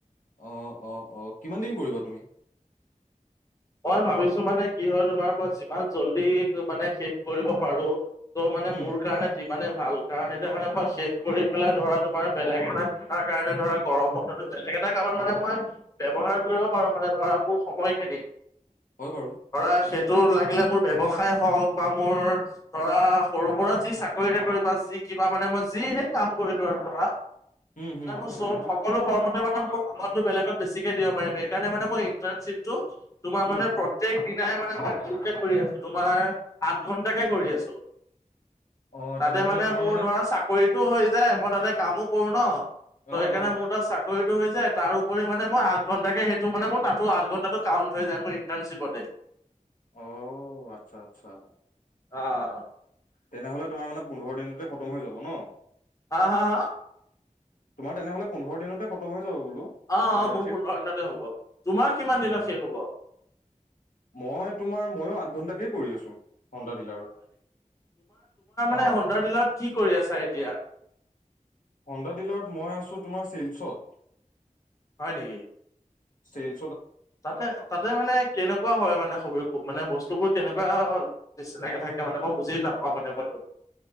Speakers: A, on the left; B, on the left.
A: অহ অহ অহ, কিমান দিন কৰিবা তুমি?
B: মই ভাবিছো মানে কি হয় তোমাৰ পৰা যিমান জল্দি মানে শেষ কৰিব পাৰো। তো মানে
A: উম
B: মোৰ কাৰণে যিমানে ভাল কাৰণে এতিয়া মানে শেষ কৰি পেলাই ধৰা তোমাৰ বেলেগ এটা কাৰণে ধৰা গৰম বন্ধটো বেলেগ এটা এটা কামত মানে মই ব্যৱহাৰ কৰিব পাৰো মানে মোৰাবোৰ সময় খিনি।
A: হয় বাৰু
B: ধৰা সেই তো লাগিলে মোৰ ব্যৱসায় হওঁক বা মোৰ ধৰা সৰু সুৰা যি চাকৰি তাকৰি বা যি- কিবা মানে মই যিহে কাম কৰিলো আৰু ধৰা,
A: উম
B: মানে
A: হম
B: মোৰ চল সকলো ফৰ্মটতে মানে মোক সময়টো বেলেগত বেছিকে দিব পাৰিম, সেইকাৰনেই মই ইন্টাশ্বিপটো তোমাৰ মানে
A: উম
B: প্ৰত্যেক দিনাই মানে মই সেৰিকে কৰি আছো তোমাৰ আঠ ঘন্টাকে কৰি আছো।
A: অ
B: তাতে
A: তেনেহলে
B: মানে
A: তোমাৰ
B: মোৰ ধৰা চাকৰিতটো হৈ মই তাতে কামো কৰো ন ত
A: অ
B: সেইকাৰণে
A: অ
B: মোৰ তাত চাকৰি। হৈ যায় তাৰোপৰি মানে মই আঠ ঘণ্টাকে সেইটো মানে মই তাতো আঠ ঘণ্টাটো হৈ যায় মোৰ ইণ্টাৰ্নচিপতে
A: অহ আচ্ছা আচ্ছা।
B: অহ
A: তেনেহলে তোমাৰ মানে পোন্ধৰ দিনতে খতম হৈ যাব ন?
B: হা হা হা?
A: তোমাৰ তেনেহলে পোন্ধৰ দিনতে খতম হৈ যাব। বোলো
B: অহ
A: ইণ্টাৰ্ণশ্বিপ
B: অহ মোৰ পোন্ধৰ দিনতে হব। তোমাৰ কিমান
A: উম
B: দিনত শেষ হব?
A: মই তোমাৰ ময়ো আঠ ঘন্টাকে কৰি হোণ্ডা ডিল্লৰ অহ
B: নে হোণ্ডা ডিল্লৰত কি কৰি আছা এতিয়া?
A: হোণ্ডা ডিল্লৰত মই আছো তোমাৰ শ্বিলচত।
B: হয় নেকি?
A: চিল
B: তাতে তাতে মানে কেনেকুৱা হয় মানে খবব মানে বস্তুবোৰ তেনেকুৱা নিচিনাকে থাকে মানে মই বুজি নেপাওঁ মানে মইতো